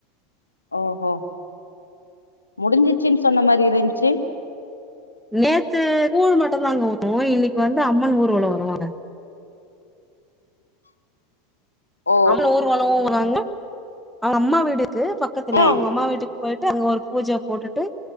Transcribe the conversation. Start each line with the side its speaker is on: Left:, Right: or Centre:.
Left: ஓஹோ முடிஞ்சிச்சுன்னு சொன்ன மாரி இருந்துச்சு.
Centre: நேத்து கூழ் மட்டுந்தாங்க ஊத்துவோ இன்னைக்கு வந்து அம்மன் ஊர்வலோ வருவாங்க.
Left: ஓ
Centre: அம்மன் ஊர்வலோ வரு வாங்க அவுங்க அம்மா வீடு இருக்கு பக்கத்துல
Left: ம்
Centre: அவுங்க அம்மா வீட்டுக் போயிட்டு அங்க ஒரு பூஜைய போட்டுட்டு